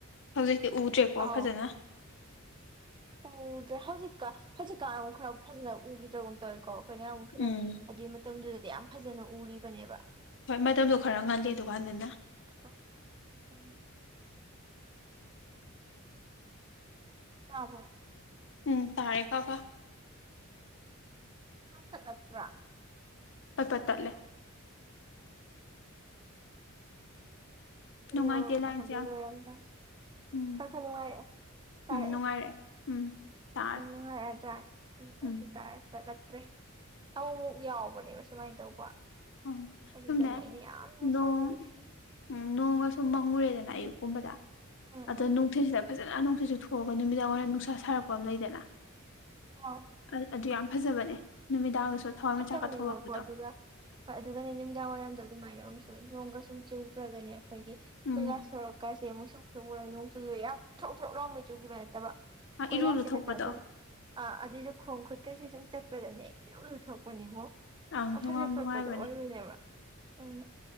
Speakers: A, on the left; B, on the right.
A: ꯍꯧꯖꯤꯛ ꯁꯤ ꯎꯗ꯭ꯔꯦꯀꯣ
B: ꯑꯥꯎ
A: ꯐꯖꯅ
B: ꯎꯗ꯭ꯔꯦ ꯍꯧꯖꯤꯛꯀ ꯍꯧꯖꯤꯛꯀꯥ ꯑꯃꯨꯛ ꯈꯔ ꯐꯖꯅ ꯎꯈꯤꯗ꯭ꯔꯒꯨꯝꯇ ꯀꯣ ꯑꯩꯈꯣꯏꯅ ꯑꯃꯨꯛ ꯈꯤꯇꯪ
A: ꯎꯝ
B: ꯑꯗꯨꯏ ꯃꯇꯝꯗꯨꯗꯗꯤ ꯌꯥꯝ ꯐꯖꯅ ꯎꯔꯤꯕꯅꯦꯕ
A: ꯍꯣꯏ ꯃꯇꯝꯗꯣ ꯈꯔ ꯉꯜꯗꯦ ꯗꯨꯀꯥꯟꯗꯅ
B: ꯑꯗꯣ ꯎꯝ ꯇꯥꯕꯣ
A: ꯎꯝ ꯇꯥꯔꯦ ꯀꯥ ꯀꯥ
B: ꯇꯗꯠꯇ꯭ꯔ
A: ꯄꯄꯥ ꯇꯠꯂꯦ
B: ꯍ
A: ꯅꯨꯡꯉꯥꯏꯇꯦ
B: ꯌꯧꯔꯣ ꯀꯅꯣ
A: ꯂꯥꯏꯟꯁꯦ
B: ꯍꯗ
A: ꯌꯥꯝ
B: ꯂꯣꯏꯔꯗ
A: ꯎꯝ
B: ꯈꯔ ꯈꯔ ꯅꯨꯡꯉꯥꯏꯔꯛꯑꯦ ꯇꯥꯔꯛꯑꯦ
A: ꯎꯝ ꯅꯨꯡꯉꯥꯏꯔꯦ ꯎꯝ ꯇꯥꯔꯦ
B: ꯅꯨꯡꯉꯣꯏ ꯌꯥꯥꯛ
A: ꯎꯝ
B: ꯎ ꯇ ꯆꯠꯇ꯭ꯔꯦ ꯑꯃꯨꯛ ꯑꯃꯨꯛ ꯌꯥꯎꯕꯅꯦꯕ ꯁꯨꯃꯥꯏꯅ ꯇꯧꯕ
A: ꯎꯝ
B: ꯑꯗꯨꯗꯅꯦ
A: ꯁꯨꯝꯅꯦ
B: ꯑꯩꯅ ꯌꯥꯝꯅ
A: ꯅꯣꯡ
B: ꯁꯥꯎꯅꯤꯡꯉꯤꯁꯦ
A: ꯎꯝ ꯅꯣꯡꯒ ꯁꯨꯝ ꯃꯪꯉꯨꯔꯦꯗꯅ ꯑꯌꯨꯛ ꯨꯝꯕꯗ
B: ꯎꯝ
A: ꯑꯗꯣ
B: ꯎꯝ
A: ꯅꯨꯡꯊꯤꯜꯁꯤꯗ ꯐꯖꯅ ꯐꯖ ꯅꯨꯡꯁꯤꯠꯁꯨ ꯊꯣꯛꯑꯒ ꯅꯨꯃꯤꯗꯥꯡ ꯋꯥꯏꯔꯝ ꯅꯨꯡꯁꯥ ꯁꯥꯔꯛꯄ ꯑꯃ ꯂꯩꯗꯅ
B: ꯑꯥ
A: ꯑ- ꯑꯗꯨ ꯌꯥꯝ ꯐꯖꯕꯅꯦ ꯅꯨꯃꯤꯗꯥꯡꯗꯁꯨ ꯊꯋꯥꯏ
B: ꯐꯖꯥꯎꯅꯤ
A: ꯃꯤꯆꯥꯛꯀ ꯊꯣꯛꯂꯛꯄꯗꯣ
B: ꯃꯒꯣ ꯑꯗꯨꯒ ꯍꯣꯏ ꯑꯗꯨꯒꯅꯦ ꯅꯨꯃꯤꯗꯥꯡ ꯋꯥꯏꯔꯝꯗꯣ ꯑꯗꯨꯃꯥꯏꯅ ꯑꯃꯨꯛꯁꯨ ꯅꯣꯡꯒ ꯁꯨꯝ ꯆꯨꯈ꯭ꯔꯒꯅꯦ ꯑꯩꯈꯣꯏꯒꯤ
A: ꯎꯝ
B: ꯀꯣꯏꯂꯥꯁ ꯁꯣꯔꯛꯀꯁꯦ ꯑꯃꯨꯛꯁꯨ ꯃꯨꯛꯁꯨꯛꯨꯔ ꯅꯣꯡ ꯆꯨꯈꯤꯕ ꯌꯥꯝ ꯁꯣꯛ ꯁꯣꯛ ꯂꯥꯎ ꯃꯩ ꯆꯨꯈꯤꯕ ꯅꯠꯇꯕ
A: ꯑ,
B: ꯀꯣꯏꯂꯥꯁꯦ
A: ꯏꯔꯨ ꯂꯨꯊꯣꯛꯄꯗꯣ
B: ꯈꯛꯇ ꯑꯗꯨꯝ ꯑ ꯑꯗꯨꯏ ꯂ ꯈꯣꯡ ꯈꯨꯠꯀꯁꯨ ꯑꯗꯨꯝ ꯆꯠꯄꯗꯅꯦ ꯂꯣꯏ ꯂꯊꯣꯛꯄ ꯐꯅꯤꯉꯣ
A: ꯑꯪ
B: ꯌꯥꯝ ꯐꯖ ꯊꯣꯛꯄꯗꯣ
A: ꯅꯨꯡꯉꯥꯏꯕꯅꯦ
B: ꯑꯣꯏꯔꯨꯅꯦꯕ ꯎꯝ